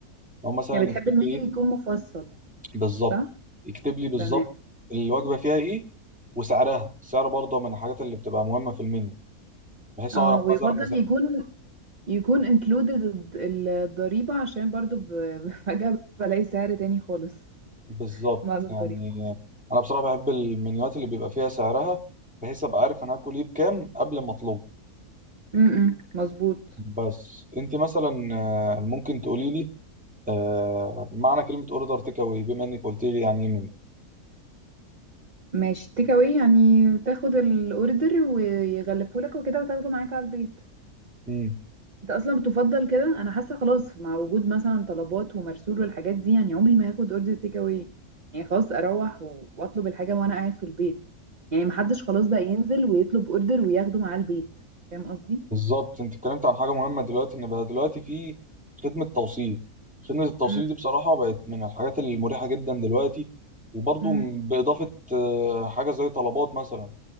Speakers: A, in the centre; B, on the right.
A: لو مثلا
B: يعني بتحب
A: يكتب
B: المنيو
A: لي إيه
B: يكون مفصل
A: بالظبط
B: صح
A: يكتب لي بالظبط
B: تمام
A: الوجبة فيها إيه وسعرها السعر برضه من الحاجات اللي بتبقى مهمة في المنيو بحيث
B: اه
A: أعرف
B: ويفضل
A: مثلا مز...
B: يكون يكون included الضريبة عشان برضو ب- <laughs> فجأة بلاقي سعر تاني خالص
A: بالظبط
B: بعد الضريبة
A: يعني أنا بصراحة بحب المنيوات اللي بيبقى فيها سعرها بحيث أبقى عارف أنا هاكل إيه بكام قبل ما أطلبه
B: امم مظبوط
A: بس انت مثلا آه، ممكن تقولي لي آه، معنى كلمة اوردر تيك اواي بما انك قلت لي يعني ايه من
B: ماشي تيك اواي يعني تاخد الاوردر ويغلفهولك وكده وتاخده معاك على البيت
A: مم.
B: انت اصلا بتفضل كده انا حاسه خلاص مع وجود مثلا طلبات ومرسول والحاجات دي يعني عمري ما هاخد اوردر تيك اواي يعني خلاص اروح و- واطلب الحاجه وانا قاعد في البيت يعني محدش خلاص بقى ينزل ويطلب اوردر وياخده معاه البيت فاهم قصدي
A: بالظبط انت اتكلمت عن حاجة مهمة دلوقتي ان بقى دلوقتي في خدمة توصيل خدمة التوصيل
B: مم.
A: دي بصراحة بقت من الحاجات المريحة جدا دلوقتي وبرضو
B: مم.
A: م- بإضافة آه، حاجة زي طلبات مثلا